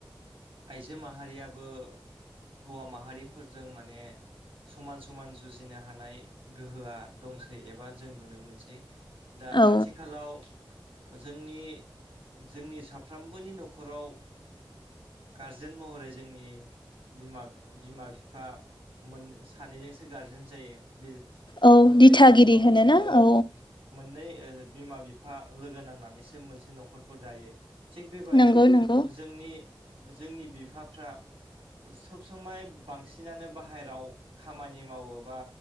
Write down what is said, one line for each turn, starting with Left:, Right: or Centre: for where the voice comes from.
Right: आइजो माहारियाबो हौवा माहारिफोरजों माने समान समान जुजिनो हानाय गोहोआ दंसै एबा जों नुनो मोनसै दा
Left: औ
Right: आथिखालाव जोंनि जोंनि साफ्रोमबोनि न'खराव गारजेन महरै जोंनि बिमा बिमा बिफा मोन सानैजोंसो गारजेन जायो बे
Left: औ
Right: मोननै
Left: दिथागिरि
Right: न'खो ओ
Left: होनोना
Right: ओं
Left: औ
Right: मोननै बिमा बिफा लोगो नांनानैसो मोनसे न'खरखौ दायो। थिग बेबादिनो
Left: नंगौ नंगौ
Right: जोंनि जोंनि बिफाफ्रा सब समाय बांसिनानो बाहेरायाव खामानि मावोबा